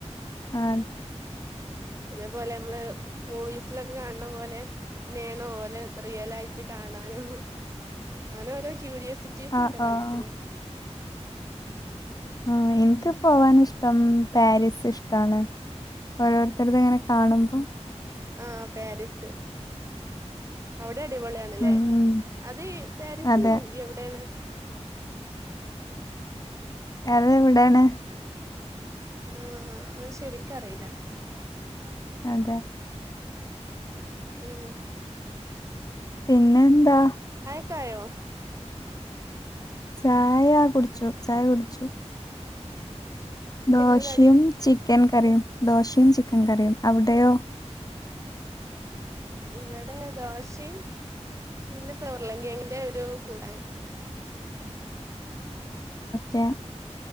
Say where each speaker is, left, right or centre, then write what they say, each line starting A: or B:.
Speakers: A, on the left; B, on the right.
A: ആ
B: ഇതേ പോലെ നമ്മള് മൂവീസിലൊക്കെ കാണുന്ന പോലെ ഇങ്ങനെയാണോ ഓല് റിയൽ ആയിട്ട് കാണാനും അങ്ങനെ ഓരോ ക്യൂരിയോസിറ്റീ സുണ്ട്
A: ആഹ്
B: മനസ്സില്
A: ആഹ് ആ എനിക്കിപ്പം അതാണ് ഇഷ്ടം കാര്യസ്ഥൻ ഇഷ്ടാണ് ഓരോരുത്തര് ഇതിങ്ങനെ കാണുമ്പം
B: ആ പാരീസ് അവിടെ അടിപൊളിയാണ് അല്ലേ
A: ഉം ഉം
B: അത് ഈ പാരീസ്
A: അതെ
B: യു എവിടെയാണ്
A: അതെവിടാണ്
B: ആ അത് ശരിക്ക് അറിയില്ല
A: അതെ
B: ഉം
A: പിന്നെന്താ
B: ക്കെ ആയോ
A: ചായ കുടിച്ചു ചായ കുടിച്ചു
B: എന്തായിരുന്നു
A: ദോശയും
B: കടി
A: ചിക്കൻ ക കടി ദോശയും ചിക്കൻ കറിയും അവിടെയോ?
B: ഇവിടെ ദോശയും പിന്നെ ഉർള്ൻ കെഴങ്ങിന്റെ ഒരു കൂട്ടാനും-
A: യാ-